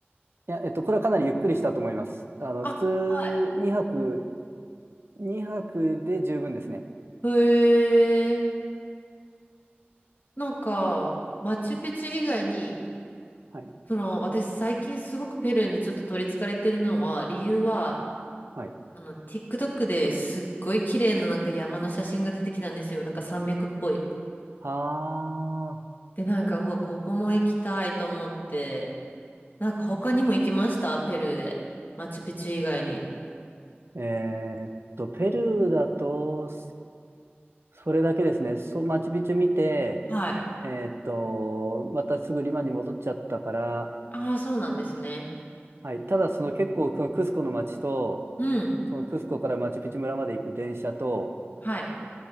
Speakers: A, on the right; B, on the left.
A: いや、えっと、これはかなりゆっくりしたと思います。あの、
B: あ、
A: 普
B: はい。
A: 通2泊、2泊で十分ですね。
B: へえ。なんか、マチュピチュ以外に
A: はい。
B: その、私最近すごくペルーにちょっと取り憑かれてるのは、理由は、
A: はい。
B: あの、TikTok ですっごい綺麗ななんか山の写真が出てきたんですよ。なんか山脈っぽい。
A: あ
B: で、なんか、うわ、ここも行きたいと思って、なんか他にも行きましたペルーで。マチュピチュ以外に。
A: ー、えーっと、ペルーだと、そそれだけですね。そう、マチュピチュ見て、
B: はい。
A: えーっと、またすぐリマに戻っちゃったから、
B: ああ、そうなんですね。
A: はい。ただ、その結構、このクスコの街と、
B: うん。
A: そのクスコからマチュピチュ村まで行く電車と、
B: はい。